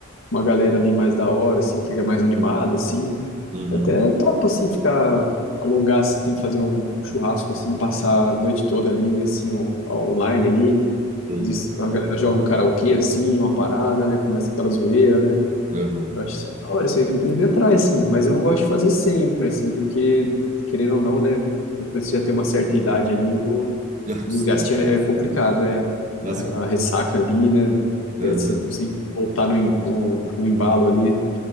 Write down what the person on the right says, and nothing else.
Uhum.
Sim.
Uhum.
<laughs> Nossa,
sim.
Nossa,
eu-
uhum.